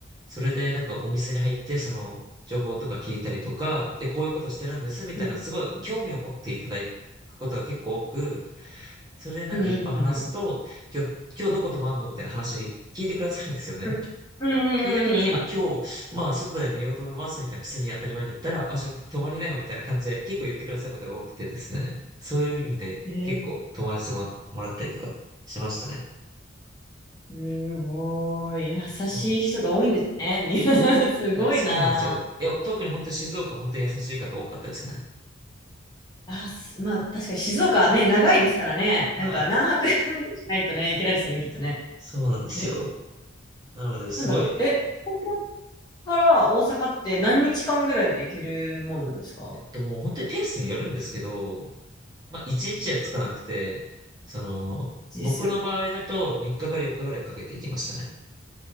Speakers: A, on the right; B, on the left.
A: それでなんかお店に入って、その、情報とか聞いたりとか、で、こういうことしてるんですみたいな、
B: うんうんうん。
A: すごい興味を持っていただくことが結構多く、それでなんかいっぱい話すと、
B: うんうんうん
A: 今日、今日どこ泊まんのみたいな話聞いてくださるんですよね。
B: うん。うんうんうんうん。
A: その時に、あ、今日、まあ、外で寝ようと思います、みたいな、普通に当たり前に言ったら、あ、じゃあ、泊まりなよ、みたいな感じで、結構言ってくださることが多くてですね。そういう意味で、
B: えー
A: 結構、泊まらせてもら、もらったりとか、しましたね。
B: すごい。優しい人が多いんですね。
A: そうなん。
B: <laughs> すごいな。
A: いや、そうなんですよ。いや、特に本当に静岡、本当に優しい方多かったですね。
B: あ、すまあ、確かに静岡ね、長いですからね。
A: はい。
B: なんか何泊 <laughs> もしないとね、いけないですよね、きっとね。
A: そうなんですよ。
B: え、
A: なので、すごい、
B: なんだろう。え、東京から大阪って何日間ぐらいで行けるもんなんですか
A: えっと、もう本当にペースによるんですけど、まあ、一日はつかなくて、その、
B: ですよね。
A: 僕の場合だと、3日かから4日ぐらいかけていきましたね。